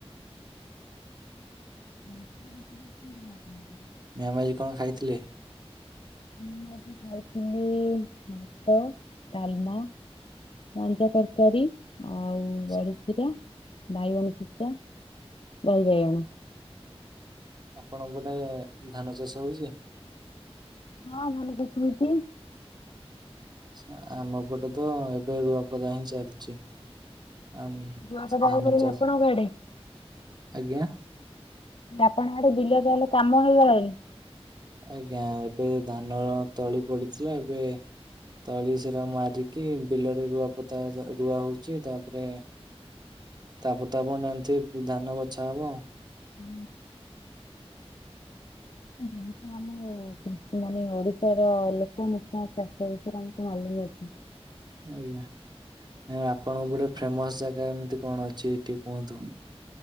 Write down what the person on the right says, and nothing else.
ମ୍ୟାମ ଆଜି କଣ ଖାଇଥିଲେ?
ଆଚ୍ଛା।
ଆପଣ ପଟେ ଧାନ ଚାଷ ହଉଛି?
ସ୍ନା ଆମ ପଟେତ ଏବେ ରୁଆପଦା ହିଁ ଚାଲିଛି। ଆମ
ଧାନ
ଚାଷ
ଆଜ୍ଞା।
ଆଜ୍ଞା ଏବେ ଧାନ ତଳି ପଡିଥିଲା ଏବେ ତଳି ସେରା ମାରିକି ବିଲରେ ରୁଆ ପତା ଯା ରୁଆ ହଉଛି ତାପରେ ତାପ ତାପଣ ଜାଣିଥିବେ ଧାନ ବଛା ହବ।
ଆଜ୍ଞା ନାଇ ଆପଣଙ୍କ ଗୋଟେ ଫେମସ ଜାଗା ଏମିତି କଣ ଅଛି ଟିକେ କୁହନ୍ତୁ?